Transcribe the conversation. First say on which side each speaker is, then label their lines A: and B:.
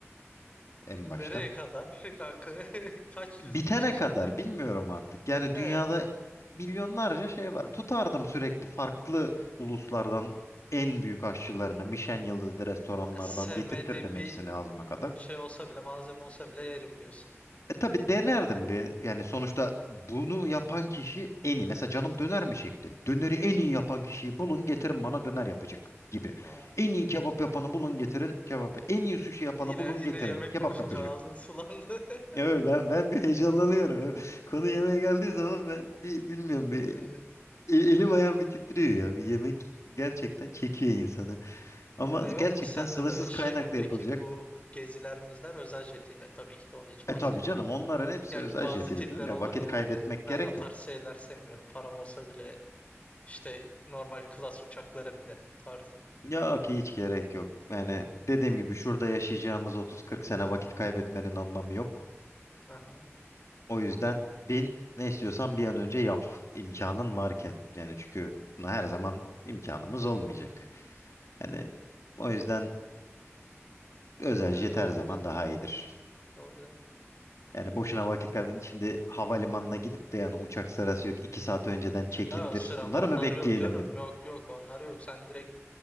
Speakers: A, on the left; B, on the left.
A: en
B: Nereye
A: başta.
B: kadar <laughs> kanka? <laughs> Kaç
A: Bitene
B: yüz bin çeşit
A: kadar
B: yemek.
A: bilmiyorum artık. Yani
B: E,
A: dünyada
B: e,
A: milyonlarca şey var. Tutardım sürekli farklı uluslardan en büyük aşçılarını, Michelin yıldızlı restoranlardan
B: sevmediğin
A: getirtirdim
B: bir
A: hepsini ağzıma kadar.
B: şey olsa bile, malzeme olsa bile yerim diyorsun.
A: E tabii denerdim bir. Yani sonuçta bunu yapan kişi en iyi. Mesela canım döner mi çekti? Döneri en iyi yapan kişiyi bulun getirin bana döner yapacak gibi.
B: Anladım.
A: En iyi kebap yapanı bulun getirin kebap. En iyi sushi yapanı
B: Yine
A: bulun
B: yine
A: getirin
B: yemek
A: kebap
B: konuşunca
A: yapacak.
B: ağzın sulandı. <laughs>
A: Evet ben ben bir heyecanlanıyorum. <laughs> Konu yemeğe geldiği zaman ben bir bilmiyorum bir
B: Evet.
A: e- elim ayağım bir titriyor ya. Bir yemek gerçekten çekiyor insanı. Ama
B: E, yok
A: gerçekten
B: mu sende
A: sınırsız
B: böyle şey
A: kaynakla
B: mi peki
A: yapılacak.
B: bu geziler mizler özel jetiyle tabii ki de onu hiç
A: E
B: bahsetmiyorum.
A: tabii canım onların hepsi
B: Gerçi
A: özel
B: bazı
A: jetiyle
B: tipler
A: dedim
B: olur
A: ya vakit
B: ya
A: kaybetmek
B: hani ben
A: gerek
B: o tarz
A: yok.
B: şeyler sevmiyorum. Param olsa bile İşte normal klas uçaklara binerim tarzı.
A: Ya ki hiç gerek yok. Yani dediğim gibi şurada yaşayacağımız 30-40 sene vakit kaybetmenin anlamı yok.
B: Aha.
A: O yüzden bin ne istiyorsan bir an önce yap imkanın varken. Yani çünkü buna her zaman imkanımız olmayacak. Yani o yüzden özel
B: Evet
A: jet
B: doğru
A: her zaman
B: dedin.
A: daha iyidir.
B: Doğru dedin.
A: Yani boşuna vakit kaybedin. Şimdi havalimanına gidip de yani uçak sırası yok. 2 saat önceden check-in'dir.
B: Ha, sıram
A: Bunları
B: onlar
A: mı bekleyelim
B: yok canım.
A: bir de?
B: Yok yok onlar yok. Sen direkt